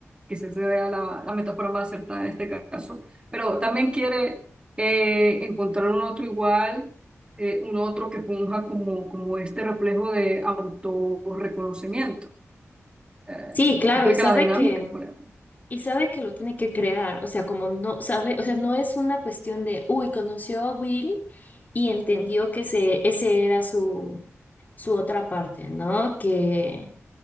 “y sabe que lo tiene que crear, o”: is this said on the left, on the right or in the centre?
Left